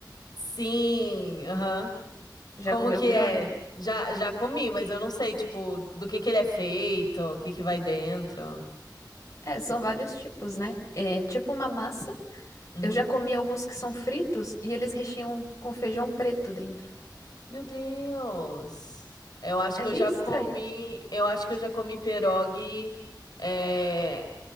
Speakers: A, on the left; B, on the left.
A: Sim, aham.
B: Já
A: Como
B: comeu
A: que
B: pirogue?
A: é? Já, já comi, mas eu não sei, tipo, do que que ele é feito, o que que vai dentro.
B: É, são vários tipos, né? É tipo uma massa.
A: Uhum.
B: Eu já comi alguns que são fritos e eles recheiam com feijão preto dentro.
A: Meu Deus. Eu acho
B: É
A: que
B: meio
A: eu já
B: estranho.
A: comi, eu acho que eu já comi pierogi é,